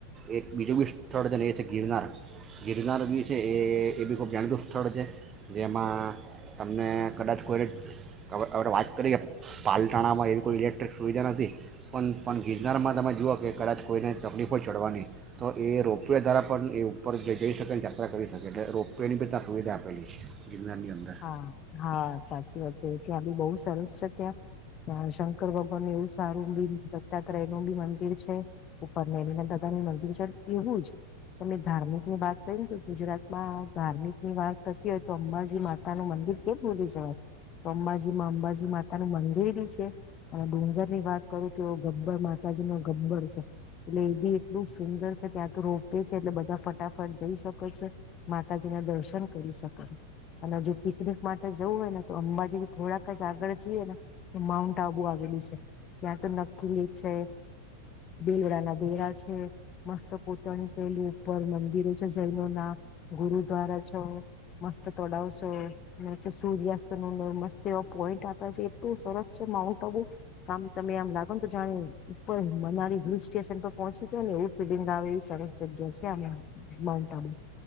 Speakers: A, on the right; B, on the left.
A: એક બીજું બી સ્થળ છે ને એ છે ગિરનાર ગિરનાર બી છે એ એ બી ખૂબ જાણતૃત સ્થળ છે જેમાં તમને કદાચ કોઈનેણે વાત કરીએ પાલટાણામાં એવી કોઈ ઇલેક્ટ્રિક સુવિધા નથી પણ પણ ગિરનારમાં તમે જુઓ કે કદાચ કોઈને તકલીફો જ ચડવાની તો એ રો રોપિયા દ્વારા પણ એ ઉપર જઈ શકે અને યાત્રા કરી શકે એટલે રોપવેની બી ત આં સુવિધા આપેલી છે ગિરનારની અંદર
B: હા હા સાચી વાત છે ત્યાં બી બહુ સરસ છે ત્યાં ત્યાં શંકર ભગવાન એવું સારું બી દત્તાત્રય નું બી મંદિર છે ઉપરનેલીના દાદા ની મંદિર છે એવું જ તમે ધાર્મિક ની વાત કરીને ગુજરાતમાં ધાર્મિક ની વાત થતી હોય તો અંબાજી મા મર કેમ સુધી જવાય તો અંબાજીમાં અંબાજી માતા નું મંદિર બી છે અને ડુંગર ની વાત કરું તો ગબ્બર માતાજી ન ગબ્બર છે એટલે એ બી એટલું સુંદર છે ત્યાં તો રોપવે છે એટલે બધા ફટાફટ જઈ શકે છે માતાજી ના દર્શન કરી શકે છે અને જો પિકનિક માટે જવું હોય ને તો અંબાજી થોડાક જ આગળ જઈએ ને તો માઉન્ટ આબુ આવેલું છે ત્યાં તો નક્કીકી લ છે દેવડાના દેરા છે મસ્ત પોતાની થયલી ઉપર મંદિરો છે જૈનો ના ગુરુદ્વારા છો મસ્ત તોડાવશો સૂર્યાસ્ત નું મસ્ત એવ પોઈન્ટ આપે છે એટલું સરસ છે માઉન્ટ આબુ કમ તમે આમ લાગો ને તો જાણેર મનારી હિલ સ્ટેશન પર પહોંચી ગ ને એવું ફીલિંગ આવે એવી સરસ જગ્યા છે આ માઉન્ટ આબુ